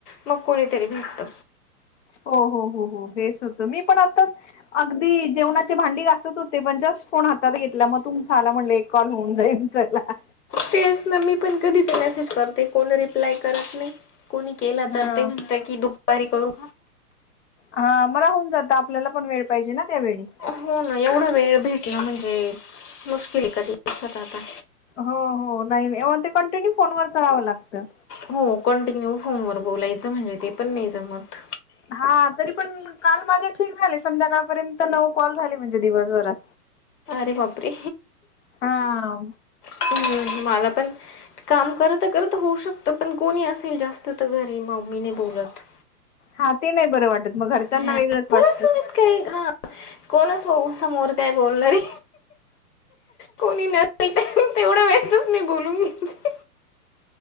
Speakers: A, on the left; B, on the left.
A: मग कोणीतरी भेटत.
B: हो हो हो हो हे होत मी पण आताच अगदी जेवणाचे भांडी घासत होते पण जस्ट फोन हातात घेतला मग तुमचा आला म्हणलं एक कॉल होऊन जाईल चला.
A: तेच ना मी पण कधीच मेसेज करते कोण रिप्लाय करत नाही कोणी केला
B: हा
A: तर ते म्हणत की दुपारी करू
B: हा म राहुन जात आपल्याला पण वेळ पाहिजे ना त्यावेळी.
A: हो ना एवढा वेळ भेटल म्हणजे मुश्किल आहे कधी दिवसात आता.
B: हो हो नाही नाही ते कंटिन्यू फोनवरच रहाव लागतं
A: हो कंटिन्यू फोनवर बोलायचं म्हणजे ते पण नाही जमत.
B: हा तरी पण काल माझे ठीक झाले संध्याकाळपर्यंत नऊ कॉल झाली म्हणजे दिवसभरात.
A: रे बापरे!
B: हा
A: हम्म मला पण काम करता करता होऊ शकत पण कोणी असेल जास्त तू तर घरी मम्मीनी बोलत.
B: हा ते नाही बरं वाटत मग घरच्यांना
A: हा.
B: वेगळंच
A: कोणासोबत
B: वाटत.
A: काही हा कोणच भाऊ समोर काय बोलणारे. कोणी नसेल तेवढ्या वेळातच मी बोलून घेते